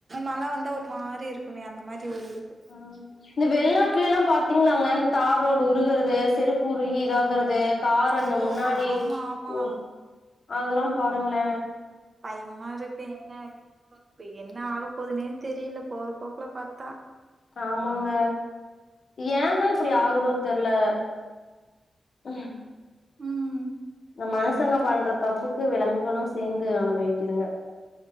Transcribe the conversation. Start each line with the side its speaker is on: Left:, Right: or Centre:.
Right: மழ வந்த ஒரு மாரி இருக்குமே அந்த மாரி ஓடுது
Left: அ இந்த வெள்நாட்டுலேல்லா பாத்தீங்களாங்க தார் ரோடு உருகறது செருப்பு உருகி இதாகுறது கார்
Right: ஐயோ
Left: அந்த முன்னாடி
Right: ஆமா ஆமா
Left: உ அதெல்லா பாருங்களே
Right: பயமா இருக்கு ஏன்னா <inaudible> இப்ப என்ன ஆக போகுதுனே தெரில போறபோக்குல பாத்தா
Left: ஆமாங்க ஏந்தா இப்டி ஆகுதோ தெர்ல எயா
Right: ம்
Left: ந்த மனுசங்க பண்ற தப்புக்கு விலங்குகளு சேர்ந்து அனுபவிக்குதுங்க